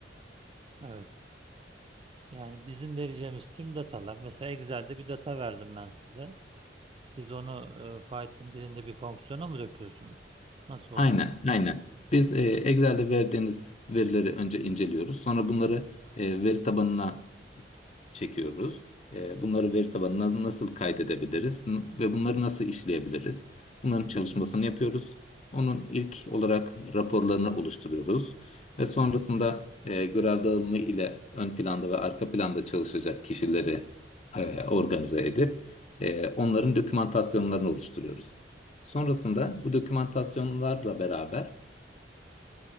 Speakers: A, on the right; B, on the left.
A: Evet. Yani bizim vereceğimiz tüm datalar, mesela Excel'de bir data verdim ben size. Siz onu e, Python dilinde bir fonksiyona mı döküyorsunuz? Nasıl oluyor?
B: Aynen, aynen. Biz e, Excel'de verdiğiniz verileri önce inceliyoruz. Sonra bunları e, veri tabanına çekiyoruz. E, bunları veri tabanına nasıl kaydedebiliriz n- ve bunları nasıl işleyebiliriz? Bunların çalışmasını yapıyoruz. Onun ilk olarak raporlarını oluşturuyoruz ve sonrasında e, görev dağılımı ile ön planda ve arka planda çalışacak kişileri e, organize edip e, onların dokümantasyonlarını oluşturuyoruz. Sonrasında bu dokümantasyonlarla beraber